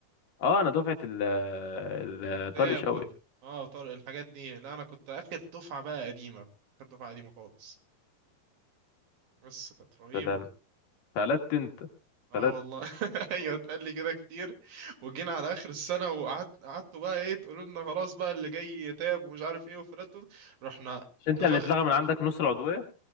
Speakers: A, on the left; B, on the right.
A: اه انا دفعه ال ال-
B: التاب
A: طارق شوقي
B: وال... اه وطارق الحاجات دي لا انا كنت اخر دفعه بقى قديمه اخر دفعه قديمه خالص بس كانت رهيبة
A: سلام فلت انت
B: اه
A: فلت
B: والله <laughs> ايوه اتقال لي كده كتير وجينا على اخر السنه وقعدت قعدتوا بقى ايه تقولوا لنا خلاص بقى اللي جاي يتاب ومش عارف ايه وفلاتوا رحنا
A: مش
B: اتنفخ
A: انت اللي اتلغى من عندك نص العضويه